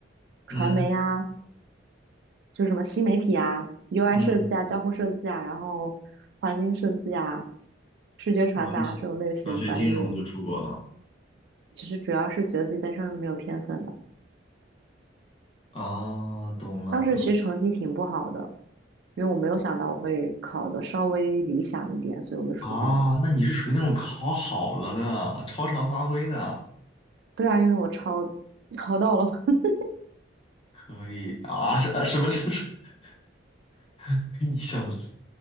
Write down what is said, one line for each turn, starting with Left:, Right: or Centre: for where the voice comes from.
Right: 传媒啊，
Left: 嗯
Right: 就是什么新媒体啊、UI
Left: 嗯，
Right: 设计啊、交互设计啊，然后环境设计啊、视觉传达这种类型专业。
Left: 然后你想想学金融就出国了。
Right: 其实主要是觉得自己在上面没有天分的。
Left: 哦，懂了。
Right: 当时其实成绩挺不好的，因为我没有想到我会考的稍微理想一点，所以我就出国了。
Left: 啊，那你是属于那种考好了的，超常发挥的。
Right: 对啊，因为我抄抄到了，<laughs>
Left: 可以啊？是啊什么什么什么？<laughs> 你小子，